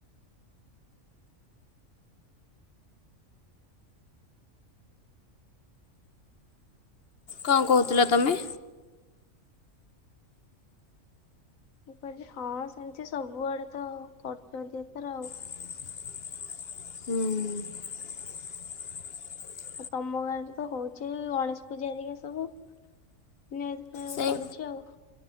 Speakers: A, on the left; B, on the left.
A: କଣ କହୁଥିଲ ତମେ?
B: ମୁଁ କହିଲି ହଁ ସେମିତି ସବୁଆଡ଼େ ତ କରୁଛନ୍ତି ଏଥର ଆଉ।
A: ହୁଁ
B: ଆ ତମ ଗାଁ ରେ ତ ହଉଛି ଗଣେଶ ପୂଜା ହେରିକା ସବୁ। <unintelligible>
A: ସେଇ
B: ପଡୁଛି ଆଉ